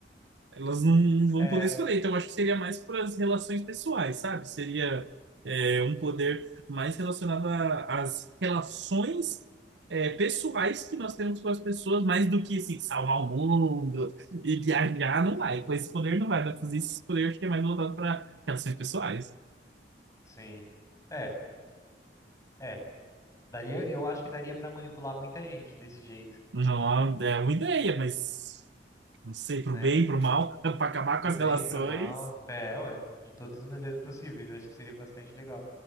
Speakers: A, on the right; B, on the left.
A: elas não vão
B: É,
A: poder escolher. Então, eu acho que seria mais para as relações pessoais, sabe? Seria é, um poder mais relacionado a- às relações é, pessoais que nós temos com as pessoas, mais do que, assim, salvar o mundo e viajar, não
B: sim,
A: vai. Com esse poder não vai dar pra fazer isso. Esse poder acho que é mais voltado para relações pessoais.
B: sim. É, é. Daria, eu acho que daria pra manipular muita gente desse jeito,
A: Não, é uma ideia, mas não sei, pro
B: né?
A: bem, pro mal, <laughs> para acabar
B: Pro
A: com as
B: bem,
A: relações.
B: pro mal. É, ué, de todas as maneiras possíveis. Eu acho que seria bastante legal.